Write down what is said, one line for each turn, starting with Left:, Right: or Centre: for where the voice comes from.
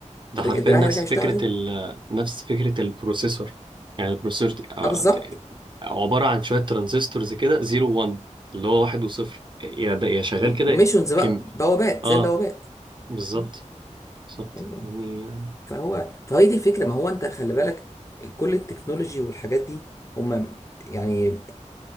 Right: ده
Left: الر-
Right: حرفيا
Left: الدراع
Right: نفس
Left: يرجع يشتغل
Right: فكرة
Left: تاني
Right: ال نفس فكرة البروسيسور يعني البروسيسور ت- آه،
Left: اه بالظبط
Right: ت- عبارة عن شوية ترانزستورز كده زيرو وان اللي هو واحد وصفر يا ده يا شغال كده
Left: وميشنز بقى
Right: كم
Left: بوابات
Right: اه
Left: زي البوابات
Right: بالظبط
Left: م.
Right: بالظبط
Left: ايوه أيوة.
Right: يعني آه،
Left: فهو فهي دي الفكره ما هو انت خلي بالك كل التكنولوجي والحاجات دي هم يعني